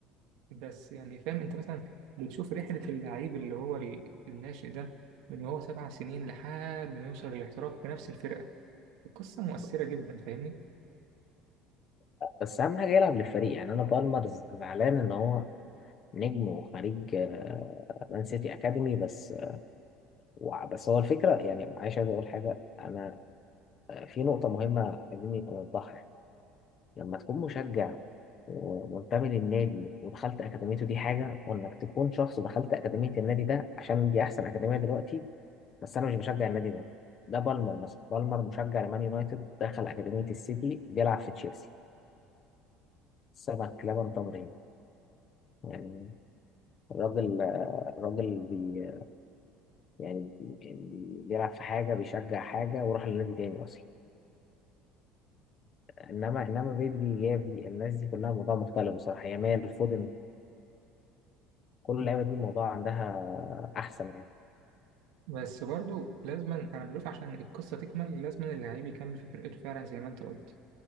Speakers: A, on the right; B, on the left.
A: بس يعني فاهم أنت مثلا بتشوف رحلة اللعيب اللي هو ال- الناشئ ده من وهو سبع سنين لحد ما يوصل للاحتراف في نفس الفرقة القصة مؤثرة جدا فاهمني
B: بس أهم حاجة يلعب للفريق يعني أنا بالمر ز- زعلان إن هو نجم وخريج آه، مان سيتي أكاديمي بس وع- بس هو الفكرة يعني معلش عايز أقول حاجة أنا آه، في نقطة مهمة عايزين نوضحها لما تكون مشجع ومنتمي للنادي ودخلت أكاديميته دي حاجة وإنك تكون شخص دخلت أكاديمية النادي ده عشان دي أحسن أكاديمية دلوقتي بس أنا مش بشجع النادي ده ده بالمر مثلا بالمر مشجع لمان يونايتد دخل أكاديمية السيتي بيلعب في تشيلسي سمك لبن تمر هندي يعني الراجل الراجل بي يعني بي- بيلعب في حاجة بيشجع حاجة وراح لنادي تاني أصلا إنما إنما بيدري جافي الناس دي كلها موضوع مختلف بصراحة يامال فودن كل اللعيبه دي الموضوع عندها احسن يعني
A: بس برضه لازما أنا بشوف عشان القصة تكمل لازما اللعيب يكمل في فرقته فعلا زي ما أنت قلت